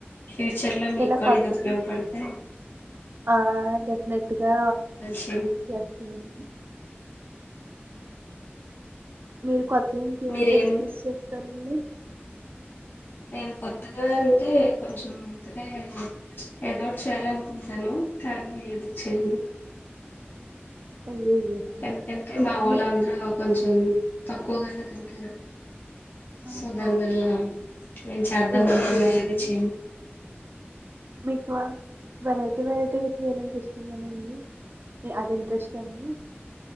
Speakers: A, on the left; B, on the right.
A: ఫ్యూచర్ లో మీక్
B: ఇలా
A: కూడ
B: కొత్తగా
A: ఇది ఉపయోగ పడితే
B: ఆ డెఫనెట్గా
A: చేయండి
B: చేస్తుంది మీరు కొత్తగ ఇంకేం
A: మీరేం
B: రెసిపీస్ చేస్తారండి
A: నేను కొత్తగా అంటే కొంచం ఇంతకే ఎదోట్ చేయాలన్కుంటాను కానీ ఏది చెయ్యను
B: అయ్యయ్యో
A: ఎందుకంటే
B: అవును
A: మా ఓళ్ళందరూ
B: మీకు
A: కొంచెం తక్కువగానే తింటారు
B: ఆహా
A: సో దాన్వల్ల
B: ఓకే
A: నేన్ చేద్దామన్కున్నా
B: ఏమి చేయరండి
A: ఏది చేయను
B: మీకు ఆ వెరై టి వెరైటివి చేయాలన్పిస్తుందా అండి అది ఇంట్రెస్ట్ ఆ అండి